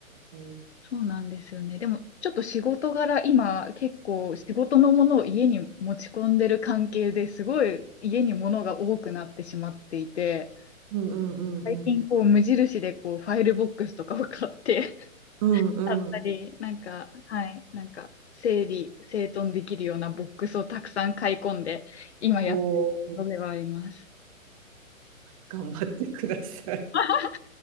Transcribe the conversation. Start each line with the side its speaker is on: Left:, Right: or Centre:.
Right: うん
Left: そうなんですよね。でも、ちょっと仕事柄、今、結構仕事のものを家に持ち込んでる関係ですごい家に物が多くなってしまっていて、
Right: うんうんうんうん。
Left: 最近こう無印でこうファイルボックスとかを買って <laughs>
Right: うんうん。
Left: だったり、なんか、はい、なんか整理、整頓できるようなボックスをたくさん買い込んで、今やってるのではあります。
Right: おー、頑張ってください。
Left: <laughs>